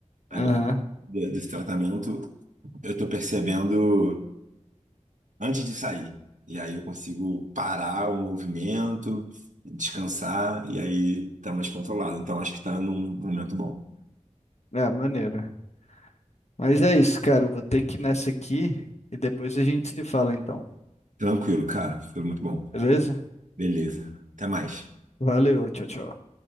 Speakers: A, on the right; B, on the left.
A: Agora,
B: Aham.
A: de- desse tratamento, eu tô percebendo antes de sair. E aí eu consigo parar o movimento, descansar, e aí tá mais controlado. Então acho que tá num momento bom.
B: É, maneira. Mas é isso, cara. Eu vou ter que ir nessa aqui e depois a gente se fala então.
A: Tranquilo, cara. Foi muito bom.
B: Beleza?
A: Beleza. Até mais.
B: Valeu, tchau, tchau.